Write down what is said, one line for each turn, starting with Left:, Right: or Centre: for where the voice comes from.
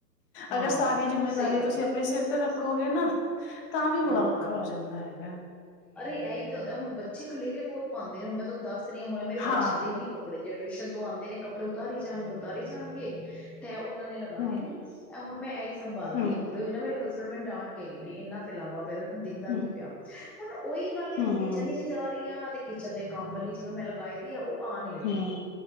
Centre: ਹਾਂ
Left: ਅਗਰ ਸਾਰੀ ਜਿੰਮੇਦਾਰੀ
Centre: ਸਹੀ ਗੱਲ
Left: ਤੁਸੀਂ ਅਪਨੇ ਸਿਰ ਤੇ ਰੱਖੋਗੇ ਨਾ ਤਾਂ ਵੀ ਬੜਾ
Centre: ਹਾਂ
Left: ਔਖਾ
Centre: ਹਾਂ ਹਾਂ
Left: ਹੋ ਜਾਂਦਾ ਹੈਗਾ।
Centre: ਅਰੇ ਐਈ ਤੇ ਹੁੰਦਾ ਹੁਨ ਬੱਚੇ ਖਲੇਰੇ ਬੋਤ ਪਾਂਦੇ ਨੇ ਹੁਨ ਮੈਂ ਤੁਆਨੂੰ ਦੱਸ ਰੀ ਆਂ ਹੁਨ ਐ ਮੇਰੇ ਬੱਚੇਆਂ
Left: ਹਾਂ
Centre: ਦੇ ਹੀ ਕੱਪੜੇ ਜ ਟਿਊਸ਼ਨ ਤੋਂ ਆਂਦੇ ਨੇ ਕੱਪੜੇ ਉਤਾਰੀ ਜਾਨਗੇ, ਉਤਾਰੀ ਜਾਨਗੇ ਤੈਅ ਓਨਾਂ ਨੇ ਲ ਗਾਨੇ
Left: ਹਮ
Centre: ਨੀ ਐ ਹੁਨ ਮੈਂ ਐਈ ਸੰਭਾਲ
Left: ਹਮ
Centre: ਰੀ ਆਂ ਕੱਪੜੇ ਓਈ ਨਾ ਮੇਰੇ ਹਸ ਬੈਂਡ ਮੈਨੂੰ ਡਾਂਟ ਕੇ ਗਏ ਨੇ ਏਨਾ ਫੈਲਾਵਾ ਪਯਾ ਦਾ ਤੈਨੂੰ ਦਿਖਦਾ
Left: ਹਮ
Centre: ਨੀ ਪਿਆ ਹੁਨ ਓਈ ਗੱਲ ਐ
Left: ਹਮ
Centre: ਮੈਂ ਕਿਚਨ 'ਚ ਜਾ ਰੀ ਆਂ ਤੇ ਕਿਚਨ ਦੇ ਕੰਮ ਵਾਲੀ ਜਿਵੇਂ ਮੈਂ ਲਗਾਈ ਦੀ ਐ ਓ ਆ ਨੀ ਰਈ,
Left: ਹਮ